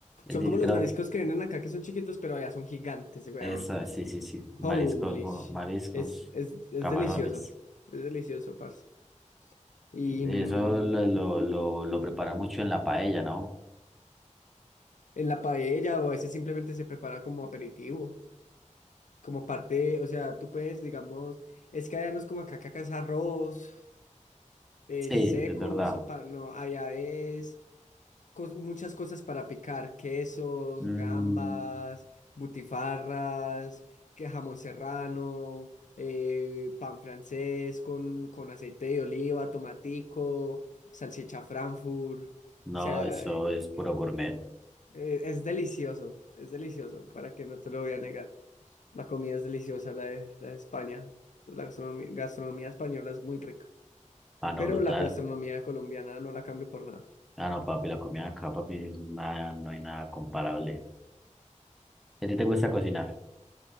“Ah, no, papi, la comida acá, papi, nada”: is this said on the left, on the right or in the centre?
Centre